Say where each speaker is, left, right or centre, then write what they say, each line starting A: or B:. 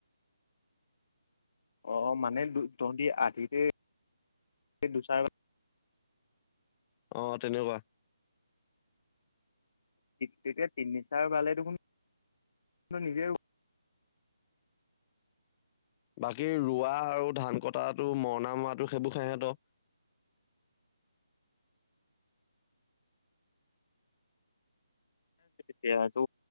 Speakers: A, on the left (about 50°); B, on the left (about 20°).
A: অ মানে তহতি আধিতে দুচাৰ
B: অ তেনেকুৱা
A: তেতিয়া তিনিচাৰ বালে দেখোন নিজে
B: বাকী ৰোৱা আৰু ধান কটাটো মৰণা মৰাটো সেইবোৰ সেহেতৰ
A: তিয়া যো